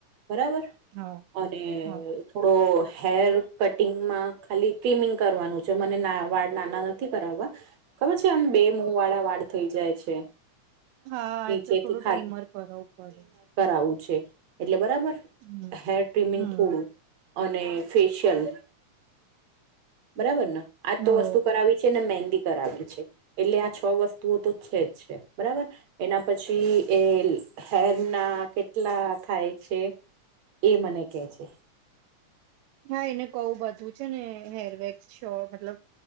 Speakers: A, on the right; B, on the right.
A: બરાબર
B: હા
A: અને
B: હા
A: થોડો હેર કટિંગમાં ખાલી ટ્રિમિંગ કરવાનું છે મને વાળ નાના નથી કરાવવા ખબર છે આમ બે મુ વાળા વાળ થઇ જાય છે.
B: હા
A: નીચેથી
B: એટલે થોડું ટ્રીમર કરાવવું પડે.
A: આવું છે એટલે બરાબર
B: હમ
A: હેર ટ્રિમિંગ
B: હમ
A: થોડું અને ફેશિયલ બરાબર ને આજ
B: હ
A: તો વસ્તુ કરાવી છે ને મહેંદી કરાવી છે. એટલે આ છ વસ્તુઓ તો છે જ છે બરાબર. એના પછી એ હેર ના કેટલા થાય છે એ મને કે છે.
B: હા એને કહું બધું છે ને હેરવેક્સ શો મતલબ